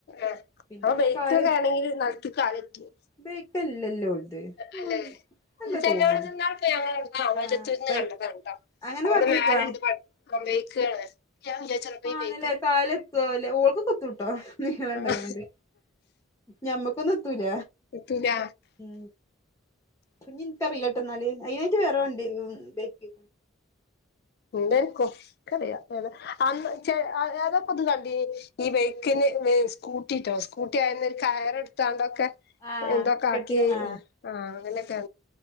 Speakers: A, on the left; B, on the left.
A: ആഹ്
B: പിന്നെ
A: അപ്പൊ
B: ഇങ്ങനെ
A: ബൈക്കൊക്കെ
B: കാല്
A: ആണെങ്കിൽ നിലത്ത്ക്ക് കാലെത്തുവോ.
B: ബേക്കല്ലല്ലോ.
A: അല്ലെ.
B: ആഹ് അല്ല
A: ചെലവിട്
B: തോന്ന്ണ്
A: തിന്നാൻ പോയി അങ്ങനെ മറ്റത്തൂരുന്ന്
B: ആഹ് ബൈക്ക്
A: കണ്ടതാണ് കേട്ടോ
B: അങ്ങനെ
A: അവിടെ
B: പറഞ്ഞേക്കാ
A: മേലുണ്ട്. <unintelligible>
B: ആണല്ലെ
A: ബൈക്കൊക്കെ ഇങ്ങനെ
B: കാല് എത്തോ ആവല്ലേ ഓൾക്ക് എത്തുട്ടോ നീളുണ്ടായോണ്ട്.
A: ആഹ്
B: ഞമ്മക്കൊന്നും എത്തൂല.
A: എത്തൂല്ല.
B: ഉം ഇഞ്ഞി എനിക്കറില്ലാട്ടെന്നാല് അയിതിനായിട്ട് വേറെ വണ്ടിണ്ട് ബൈക്ക്.
A: ഉണ്ടേര്ക്കും. കറിയ അത് അന്ന് ഏതാ ഇപ്പൊന്ന് കണ്ടിന് ഈ ബൈക്കിന്. സ്കൂട്ടിട്ടോ സ്കൂട്ടി ആയന് ഒരു കയറ് എടുത്താണ്ടൊക്കെ.
B: ആഹ്
A: എന്തൊക്കെ
B: കെട്ടിക
A: ആക്കി
B: ആഹ്
A: ആഹ് അങ്ങനെയൊക്കെ